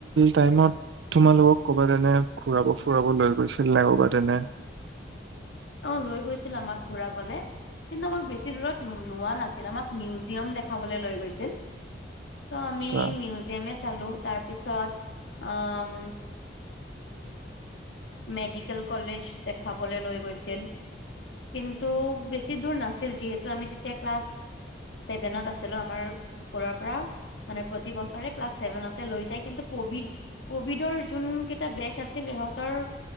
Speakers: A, on the right; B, on the left.
A: টাইমত তোমালোকক ক'বাত এনে ঘুৰাব ফুৰাব লৈ গৈছিল নে ক'বাত এনে
B: অ লৈ গৈছিল আমাক ঘূৰাবলে কিন্তু আমাক বেছি দূৰত লোৱা নাছিল আমাক মিউজিয়াম দেখাবলে লৈ গৈছিল ত'
A: আচ্ছা
B: আমি মিউজিয়ামে চালো তাৰপিছত অ উম মেডিকেল কলেজ দেখাবলৈ লৈ গৈছিল কিন্তু বেছি দূৰ নাছিল যিহেতু আমি তেতিয়া ক্লাছ ছেভেনত আছিলো আমাৰ স্কুলৰ পৰা মানে প্ৰতি বছৰে ক্লাছ ছেভেনতে লৈ যায় কিন্তু কভিড কভিডৰ যোন কেইটা বেচ আছিল ইহঁতৰ